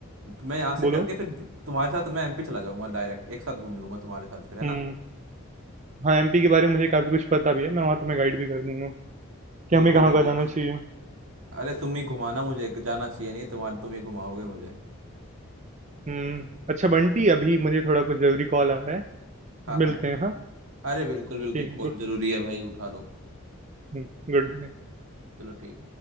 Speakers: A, on the right; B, on the right.
A: तो मैं यहाँ से
B: बोलो?
A: करके फिर तुम्हारे साथ मैं एमपी चला जाऊंगा डायरेक्ट एक साथ घूम लूंगा तुम्हारे साथ फिर है ना
B: हुँ। हाँ, एमपी के बारे में मुझे काफ़ी कुछ पता भी है। मैं वहाँ तुम्हें गाइड भी कर दूँगा कि
A: बिल्कुल
B: हमें कहाँ-कहाँ
A: बिल्कुल
B: जाना चाहिए।
A: अरे तुम ही घुमाना मुझे जाना चाहिए नहीं तो तुम्हारे तुम ही घुमाओगे मुझे
B: हुँ। अच्छा बंटी अभी मुझे थोड़ा कुछ ज़रूरी कॉल आ रहा है।
A: हाँ हाँ
B: मिलते हैं हाँ?
A: अरे बिल्कुल बिल्कुल
B: ठीक है,
A: कॉल
B: गुड
A: जरूरी है भाई उठा लो
B: हुँ, गुड बाय।
A: चलो ठीक